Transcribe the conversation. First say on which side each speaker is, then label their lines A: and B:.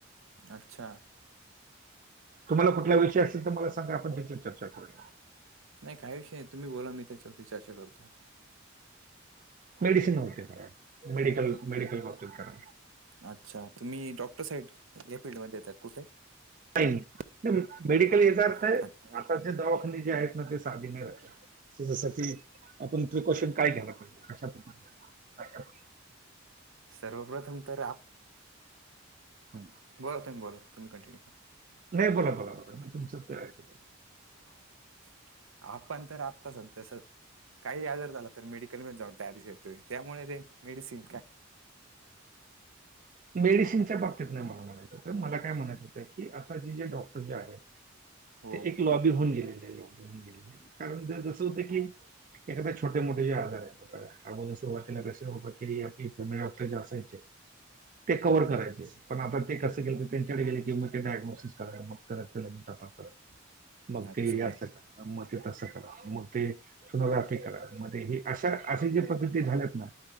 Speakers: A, on the right; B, on the right.
A: अच्छा
B: तुम्हाला कुठला विषय असेल तर मला सांगा आपण त्याची चर्चा करूया
A: नाही काही विषय नाही तुम्ही बोला मी त्याच्यावरती चर्चा करतो
B: मेडसिन वरती करा मेडिकल मेडिकल वरती करा
A: अच्छा तुम्ही डॉक्टर साईड या फील्डमध्ये येतात कुठे
B: नाही नाही, मेडिकल याचा अर्थ आहे
A: अच्छा.
B: आताचे दवाखाने जे आहेत ना ते साधी नाही म्हणजे जस की आपण प्रिकॉशन काय घ्यायला पाहिजे कशा बद्दल
A: सर्वप्रथम तर आप
B: हम
A: बोला तुम्ही बोला तुम्ही कंटिन्यू करा
B: नाही बोला बोला बोला मी तुमचं ऐकतो
A: हो आपण तर आत्ता सध्यास काही आजार झाला तर मेडिकल मध्ये जाऊन टॅबस घेतोय त्यामुळे ते मेडिसिन काय
B: मेडिसिनच्या बाबतीत नाही मला म्हणायचं होतं मला काय म्हणायचं होतं की आता जे जे डॉक्टर जे आहेत
A: हो
B: ते एक लॉबी होऊन गेलेली आहे कारण जसं होतं की एखाद्या छोटे मोठे जे आजार आहेत अगोदर सुरुवातीला कसे आपले फॅमिली डॉक्टर जे असायचे ते कववर करायचे पण आता ते कसं केलं तर त्यांच्याकडे गेले की मग ते डायग्नोसिस कराय मग नंतर तपासा.
A: <inaudible>
B: मग ते
A: काय
B: आसं करा, मं ते तसं करा. मग ते सोनोग्राफी करा मध्ये हे अशा अशे जे प्रकृती झाल्यातं ना